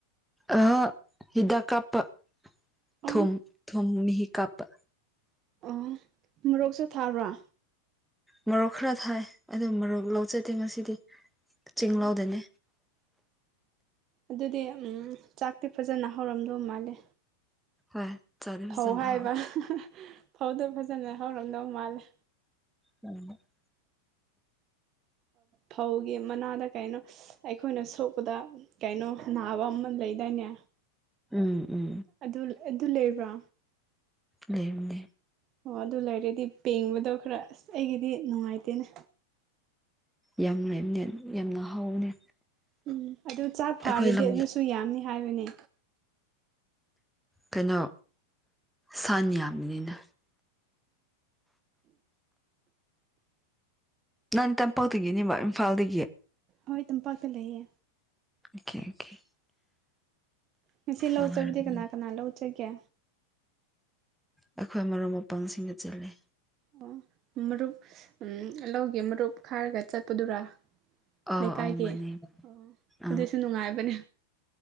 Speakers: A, in the centre; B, on the right.
A: ꯑ ꯍꯤꯗꯥꯛ ꯀꯥꯄ ꯊꯨꯝ
B: ꯑꯣ
A: ꯊꯨꯝ ꯃꯤꯍꯤ ꯀꯥꯞꯄꯥ
B: ꯑꯣ ꯃꯣꯔꯣꯛꯁꯨ ꯊꯥꯕ꯭ꯔꯥ
A: ꯃꯔꯣꯔꯣꯛ ꯈꯔ ꯊꯥꯏ ꯑꯗꯨ ꯃꯔꯣꯛ ꯂꯧꯆꯠꯇ‌ꯦ ꯉꯁꯤꯗꯤ ꯆ‌ꯦꯡ
B: ꯑꯣ
A: ꯂꯧꯗ‌ꯦꯅꯤ
B: ꯑꯗꯨꯗꯤ ꯎꯝ ꯆꯥꯛꯇꯤ ꯐꯖꯅ ꯍꯧꯔꯝꯗꯧ ꯃꯥꯜꯂꯦ
A: ꯍꯣꯏ ꯆꯥꯗꯤ ꯐꯖꯅ
B: ꯐꯧ ꯍꯥꯏꯕ
A: ꯍꯥꯎ
B: ꯐꯧꯗꯣ ꯐꯖꯅ ꯍꯧꯔꯝꯗꯧ ꯃꯥꯜꯂꯦ
A: ꯎꯝ <unintelligible>
B: ꯐꯧꯒꯤ ꯃꯅꯥꯗ ꯀꯩꯅꯣ ꯑꯩꯈꯣꯏꯅ ꯁꯣꯛꯄꯗ ꯀꯩꯅꯣ ꯅꯥꯕ ꯑꯃ ꯂꯩꯗꯥꯏꯅꯦ
A: ꯎꯝ ꯎꯝ
B: ꯑꯗꯨ ꯑꯗꯨ ꯂꯩꯕ꯭ꯔꯥ
A: ꯂꯩꯕꯅꯦ
B: ꯑꯣ ꯑꯗꯨ ꯂꯩꯔꯗꯤ ꯄꯦꯡꯕꯗꯣ ꯈꯔ ꯑꯁ ꯑꯩꯒꯤꯗꯤ ꯅꯨꯡꯉꯥꯏꯇꯦꯅꯦ
A: ꯌꯥꯝ ꯂꯩꯥꯕꯅꯦ ꯌꯥꯝꯅ ꯍꯥꯎꯕꯅꯦ
B: ꯎꯝ ꯑꯗꯨ ꯆꯥꯛ ꯐꯥꯔꯗꯤ
A: ꯑꯩꯈꯣꯏ ꯂꯝꯗ
B: ꯑꯗꯨꯁꯨ ꯌꯥꯝꯅꯤ ꯍꯥꯏꯕꯅꯦ
A: ꯀꯩꯅꯣ ꯁꯟ ꯌꯥꯝꯕꯅꯤꯅ ꯅꯪ ꯇꯝꯄꯥꯛꯇꯒꯤꯅꯦꯕ ꯏꯝꯐꯥꯜꯗꯒꯤ
B: ꯍꯣꯏ ꯇꯝꯄꯥꯛꯇ ꯂꯩꯌꯦ
A: ꯑꯣꯀꯦ ꯑꯣꯀꯦ <unintelligible>
B: ꯉꯁꯤ
A: ꯅꯨꯡꯉꯥꯏꯔꯝꯅꯤ
B: ꯂꯧ ꯆꯠꯄꯗꯤ ꯀꯅꯥ ꯀꯅꯥ ꯂꯧ ꯆꯠꯀ‌ꯦ
A: ꯑꯩꯈꯣꯏ ꯃꯔꯨꯞ ꯃꯄꯥꯡꯁꯤꯡꯒ ꯆꯠꯂꯤ
B: ꯑꯣ ꯃꯔꯨꯞ ꯂꯧꯒꯤ ꯃꯔꯨꯞ ꯈꯥꯏꯔꯒ ꯆꯠꯄꯗꯨꯔꯥ
A: ꯑꯥꯎ
B: ꯂꯩꯀꯥꯏꯒꯤ
A: ꯑꯥꯎ ꯃꯥꯅꯦ
B: ꯑꯣ
A: ꯑꯥ
B: ꯑꯗꯨꯁꯨ ꯅꯨꯡꯉꯥꯏꯕꯅꯦ